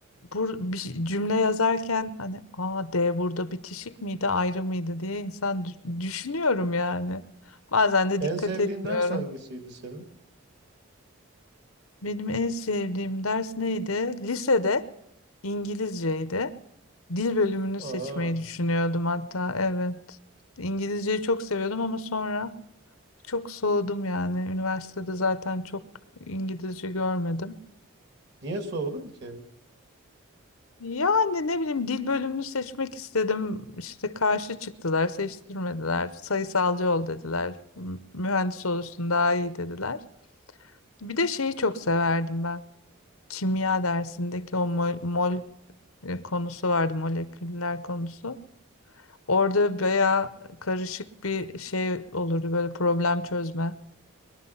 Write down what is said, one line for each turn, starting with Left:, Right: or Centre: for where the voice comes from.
Left: bur bir şey- cümle yazarken hani a D burada bitişik miydi ayrı mıydı diye insan dü- düşünüyorum yani. Bazen de
Right: En
Left: dikkat
Right: sevdiğin
Left: etmiyorum.
Right: ders hangisiydi senin?
Left: Benim en sevdiğim ders neydi? Lisede İngilizceydi. Dil bölümünü
Right: Aa,
Left: seçmeyi düşünüyordum hatta evet. İngilizceyi çok seviyordum ama sonra çok soğudum yani. Üniversitede zaten çok İngilizce görmedim.
Right: niye sordun ki?
Left: Yani ne bileyim dil bölümünü seçmek istedim. İşte karşı çıktılar, seçtirmediler. Sayısalcı ol dediler. M- Mühendis olursun daha iyi dediler. Bir de şeyi çok severdim ben. Kimya dersindeki o mol, mol e, konusu vardı, moleküller konusu. Orada bayağı karışık bir şey olurdu böyle problem çözme.